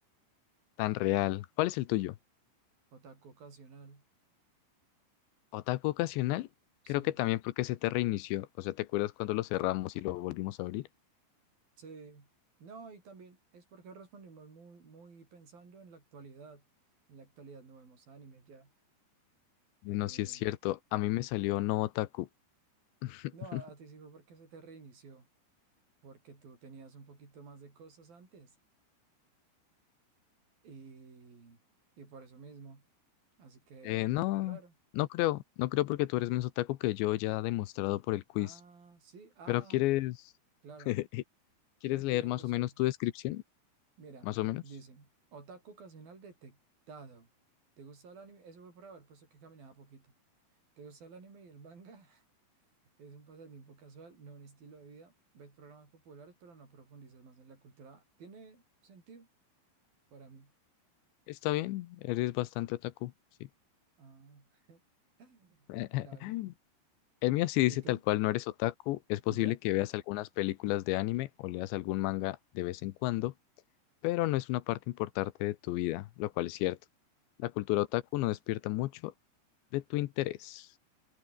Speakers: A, on the left; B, on the right.
A: tan real. ¿Cuál es el tuyo?
B: Otaku ocasional.
A: Otaku ocasional,
B: Sí.
A: creo que también porque se te reinició. O sea, ¿te acuerdas cuando lo cerramos y lo volvimos a abrir?
B: Sí. No, y también es porque respondimos muy, muy pensando en la actualidad. En la actualidad no vemos anime ya.
A: Bueno,
B: Eh,
A: sí es cierto, a mí me salió no otaku. <laughs>
B: no, a, a ti sí fue porque se te reinició. porque tú tenías un poquito más de cosas antes y, y por eso mismo. Así que
A: Eh, no,
B: es raro.
A: no creo, no creo porque tú eres menos otaku que yo ya demostrado por el quiz.
B: Ah, sí, ah,
A: Pero quieres,
B: claro,
A: <laughs> ¿quieres
B: no
A: leer
B: tienes
A: más
B: razón.
A: o menos tu descripción?
B: Mira,
A: Más o menos.
B: dicen, otaku ocasional detectado. ¿Te gusta el anime? Eso fue por haber puesto que caminaba poquito. ¿Te gusta el anime y el manga? <laughs> Es un pasatiempo casual, no un estilo de vida. Ves programas populares, pero no profundizas más en la cultura. ¿Tiene sentido para mí?
A: Está bien, eres bastante otaku, sí.
B: Ah, <laughs>
A: <laughs>
B: sí, claro.
A: El mío sí
B: ¿Y
A: dice
B: tú?
A: tal cual, no eres otaku, es posible
B: Y ya,
A: que veas algunas películas de anime o leas algún manga de vez en cuando. pero no es una parte importante de tu vida, lo cual es cierto. La cultura otaku no despierta mucho de tu interés.